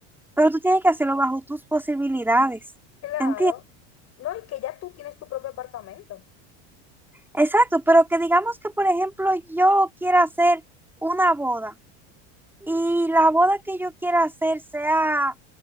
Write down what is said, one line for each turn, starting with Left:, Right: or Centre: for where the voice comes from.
Centre: pero tú tienes que hacerlo bajo tus posibilidades,
Left: Claro.
Centre: ¿entiendes?
Left: No, y que ya tú tienes tu propio apartamento.
Centre: Exacto, pero que digamos que, por ejemplo, yo quiera hacer una boda y la boda que yo quiera hacer sea,